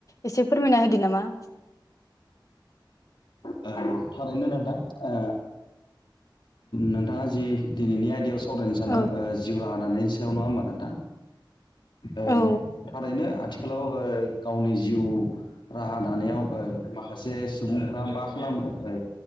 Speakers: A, on the left; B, on the left.
A: एसे फोरमायना होदो नामा।
B: औ थारैनो नोंथां ओ नोंथाङा जि दिनैनि आयदायाव सो सावरायनो सानदों
A: औ
B: जिउ राहा दानायनि सायाव नङा होमबा नोंथां? ओ
A: औ
B: थारैनो आथिखालाव ओ गावनि जिउ राहा दानायाव ओ माखासे सुबुंफ्रा मा खालामो ओ